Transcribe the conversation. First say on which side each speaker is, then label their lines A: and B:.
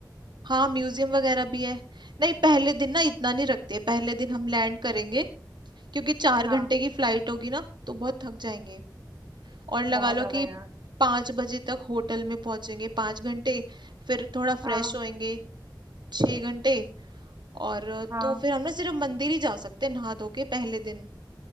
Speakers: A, on the right (about 70°); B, on the right (about 40°).
A: हाँ म्यूजियम वगैरह भी है नहीं पहले दिन ना इतना नहीं रखते पहले दिन हम लैंड करेंगे क्योंकि चार
B: हाँ
A: घंटे की फ्लाइट होगी ना तो बहुत थक जाएंगे और लगा
B: बहुत
A: लो
B: ज्यादा
A: कि
B: यार
A: पाँच बजे तक होटल में पहुंचेंगे पाँच घंटे फिर थोड़ा
B: हाँ
A: फ्रेश होएंगे छः घंटे और अ,
B: हाँ
A: तो फिर हम ना सिर्फ मंदिर ही जा सकते हैं नहा धो के पहले दिन